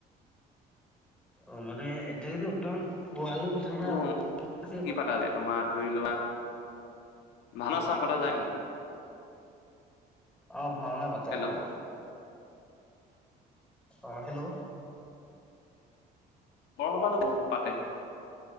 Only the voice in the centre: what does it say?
অ মানে এতিয়ালৈকে ব্তমান ৱালো কথা নাই
<unintelligible> আছে
বাও।
অ', ভাওনা পাতে
অ'। আহ হেল্ল'।